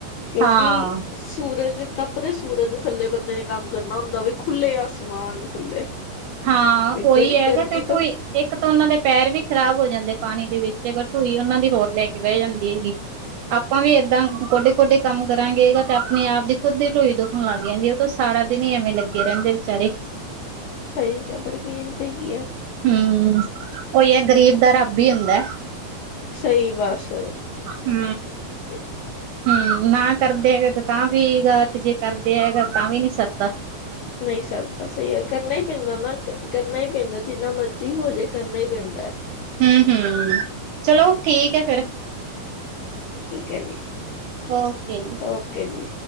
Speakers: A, on the left; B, on the right.
A: ਕਿਉਂਕਿ
B: ਹਾਂ
A: ਸੂਰਜ ਤੱਪਦੇ ਸੂਰਜ ਥੱਲੇ ਬੰਦੇ ਨੇ ਕੰਮ ਕਰਨਾ ਹੁੰਦਾ‌ ਵੇ, ਖੁੱਲੇ ਆਸਮਾਨ ਦੇ ਥੱਲੇ।
B: ਹਾਂ, ਓਈ
A: ਗਰ
B: ਹੈਗਾ
A: ਗਰਮੀ
B: ਤੇ
A: ਤੋਂ
B: ਇੱਕ ਤਾਂ ਓਨਾਂ ਦੇ ਪੈਰ ਵੀ ਖ਼ਰਾਬ ਹੋ ਜਾਂਦੇ ਪਾਨੀ ਦੇ ਵਿੱਚ, ਅਗਰ ਢੁਈ ਓਨਾਂ ਦੀ ਹੋਰ ਲੈਕੇ ਬੇ ਜਾਂਦੀ ਹੈਗੀ। ਆਪਾਂ ਵੀ ਏਦਾਂ ਕੋਡੇ-ਕੋਡੇ ਕੰਮ ਕਰਾਂਗੇ, ਤੇ ਆਪਨੇ-ਆਪ ਦੀ ਖੁੱਦ ਦੀ ਢੁਈ ਦੋ ਹੁਨ ਲੱਗ ਜਾਂਦੀ, ਓ ਤਾਂ ਸਾਰਾ ਦਿਨ ਈ ਐਵੇਂ ਲੱਗੇ ਰਹਿੰਦੇ ਵਿਚਾਰੇ।
A: ਸਈ ਕਿਆ, ਬੜੀ ਮੇਹਨਤ ਹੈਗੀ ਐਂ।
B: ਹੂੰ, ਓਈ ਐ ਗ਼ਰੀਬ ਦਾ ਰੱਬ
A: ਦੀ
B: ਈ ਹੁੰਦਾ।
A: ਸਹੀ, ਬਸ
B: ਹੂੰ
A: ਹ <inaudible>
B: ਹੂੰ, ਨਾ ਕਰਦੇ ਹੈਗੇ ਤੇ ਤਾਂ ਵੀ ਗਾ, ਤੇ ਜੇ ਕਰਦੇ ਹੈਗਾ ਤਾਂ ਵੀ ਨੀ ਸਰਦਾ।
A: ਨਈ ਸਰਦਾ, ਸਈ ਆ, ਕਰਨਾ ਈ ਪੇਂਦਾ ਨਾ। ਕਰਨਾ ਈ ਪੈਂਦਾ, ਜਿੰਨਾ ਮਰਜ਼ੀ ਹੋਜੇ ਕਰਨਾ ਈ ਪੈਂਦਾ।
B: ਹੂੰ, ਹੂੰ ਚਲੋ ਠੀਕ ਏ, ਫੇਰ‌।
A: ਠੀਕ ਐ ਜੀ।
B: ਓਕੇ ਜੀ।
A: ਓਕੇ ਜੀ।